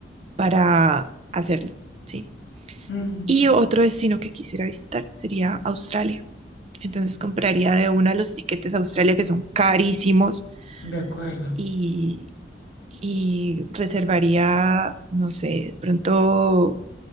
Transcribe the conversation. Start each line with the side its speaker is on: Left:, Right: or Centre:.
Right: para hacerlo, ¿sí?
Left: Ujú.
Right: Y otro destino que quisiera visitar sería Australia. Entonces compraría de una los tiquetes a Australia que son carísimos
Left: De acuerdo.
Right: y, y reservaría, no sé, de pronto